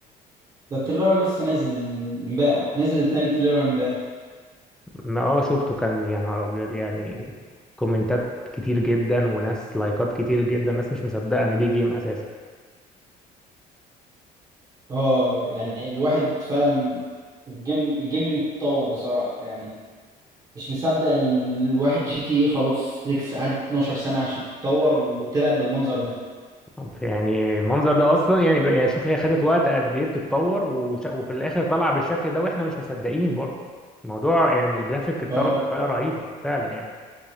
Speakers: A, on the right; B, in the centre.
A: ده التريلر لسه نازل من امبارح نزل تاني تريلر امبارح
B: ما اه شفته كان يا نهار ابيض يعني كومنتات كتير جدا وناس لايكات كتير جدا ناس مش مصدقه ان دي جيم اساسا
A: اه يعني الواحد فعلا الجيم الجيمنج اتطور بصراحة يعني مش مصدق ال- الواحد جي تي ايه خلاص 6 قعدت 12 سنة عشان تتطور وطلعت بالمنظر ده
B: طب يعني المنظر ده اصلا يعني بقى- يعني شوف هي خدت وقت قد ايه بتتطور وش- وفي الاخر طلع بالشكل ده واحنا مش مصدقين برضه الموضوع يعني الجرافيك اتطور
A: اه
B: بطريقه رهيبه فعلا يعني